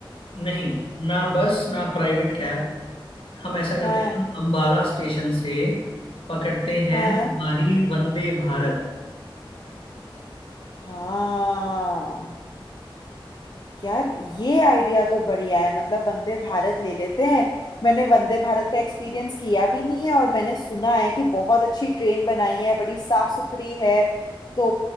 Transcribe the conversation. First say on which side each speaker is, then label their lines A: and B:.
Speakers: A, on the left; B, on the left.
A: नहीं ना बस ना प्राइवेट कैब हम ऐसा करते
B: हाँ
A: हैं हम अंबाला स्टेशन से पकड़ते हैं
B: हाँ
A: हमारी वंदे भारत
B: हाँ यार ये आइडिया तो बढ़िया है मतलब वंदे भारत ले लेते हैं मैंने वंदे भारत का एक्सपीरियंस किया भी नहीं है और मैंने सुना है कि बहुत अच्छी ट्रेन बनाई है बड़ी साफ सुथरी है तो